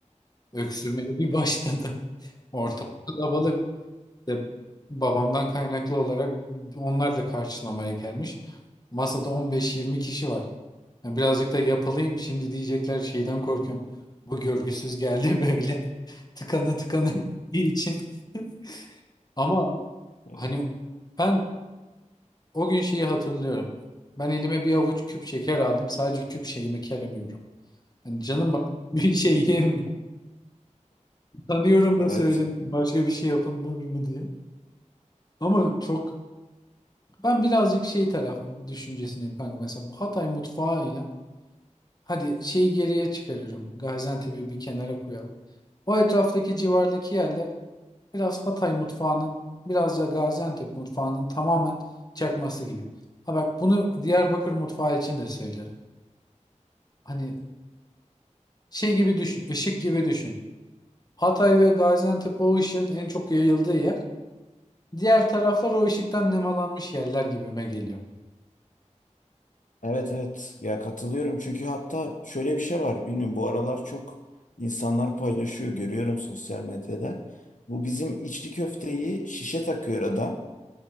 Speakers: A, on the left; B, on the left.
A: Öksürmeye bir başladı. Ortalık kalabalık. De babamdan kaynaklı olarak onlar da karşılamaya gelmiş. Masada on beş yirmi kişi var. Yani birazcık da yapılayım. Şimdi diyecekler şeyden korkuyorum. Bu görgüsüz geldi <laughs> böyle. Tıkanı tıkanı gittiği için. <laughs> Ama
B: <laughs>
A: hani ben o gün şeyi hatırlıyorum. Ben elime bir avuç küp şeker aldım. Sadece küp şekerimi keremiyorum. Yani canım bak <laughs> bir şey yemiyor. Tanıyorum da
B: Evet,
A: söylemiyorum. Başka bir şey yapılır mı diye. Ama çok Ben birazcık şey taraf düşüncesindeyim kanka. Mesela bu Hatay mutfağıyla hadi şeyi geriye çıkarırım. Gaziantep'i bir kenara koyalım. O etraftaki civardaki yerler biraz Hatay mutfağının biraz da Gaziantep mutfağının tamamen çakması gibi. Ha bak bunu Diyarbakır mutfağı için de söylerim. Hani şey gibi düşün, ışık gibi düşün. Hatay ve Gaziantep o ışığın en çok yayıldığı yer. Diğer taraflar o ışıktan nemalanmış yerler gibime geliyor.
B: evet, evet. Ya katılıyorum çünkü hatta şöyle bir şey var. Bilmiyorum bu aralar çok insanlar paylaşıyor görüyorum sosyal medyada. Bu bizim içli köfteyi şişe takıyor adam.